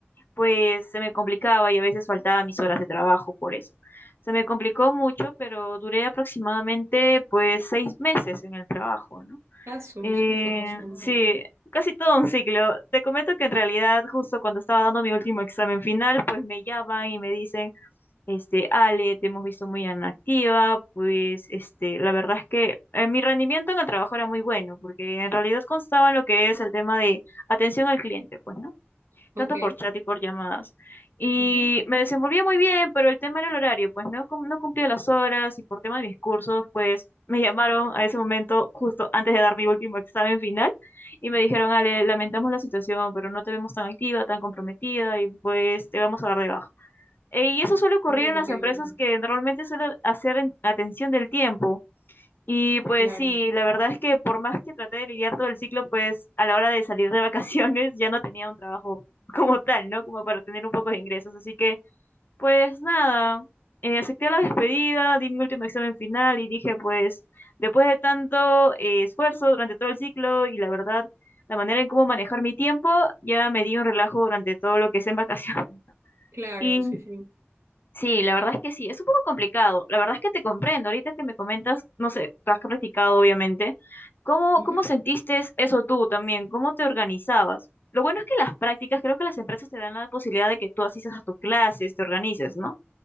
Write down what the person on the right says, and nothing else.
Ah, su-
sí, fue bastante.
Ok.
ujú.
Ah,
ok,
ok.
Claro,
claro,
sí, sí.
Ujú,